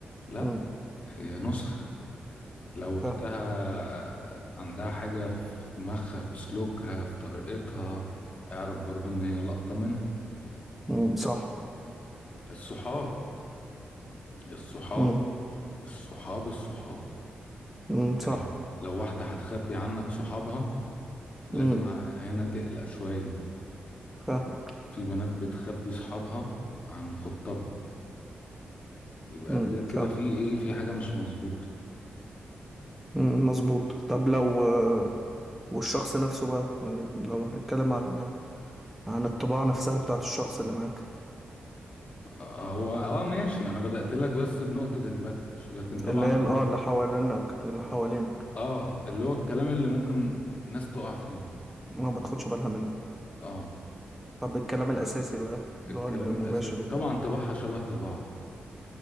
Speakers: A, on the left (about 45°); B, in the centre.
A: لا
B: امم
A: هي نسخ لو اختها
B: فاهم
A: عندها حاجة في دماغها في سلوكها في طريقتها اعرف برضو ان هي لقطة منها
B: امم صح
A: الصحاب الصحاب
B: امم
A: الصحاب الصحاب
B: امم صح
A: يعني لو لو واحدة هتخبي عنك صحابها لازم
B: امم
A: ع- هنا تقلق شوية
B: فاهم
A: في بنات بتخبي صحابها عن خطابها يبقى
B: امم
A: دي كده
B: فاهم
A: في ايه في حاجة مش مظبوطة
B: امم مظبوط طب لو آه، والشخص نفسه بقى يعني لو هنتكلم عن عن الطباع نفسها بتاعت الشخص اللي معاك
A: هو اه ماشي انا بدأت لك بس بنقطة الباكج لكن طبعا
B: اللي هي
A: الطباع
B: ال- اه اللي حوالينك اللي حوالينك
A: اه اللي هو الكلام اللي ممكن ناس تقع فيه
B: ما بتاخدش بالها منه
A: اه
B: طب الكلام الأساسي بقى اللي
A: الكلام
B: هو المباشر
A: الاساسي
B: وكده
A: طبعا طباعها شبه طباع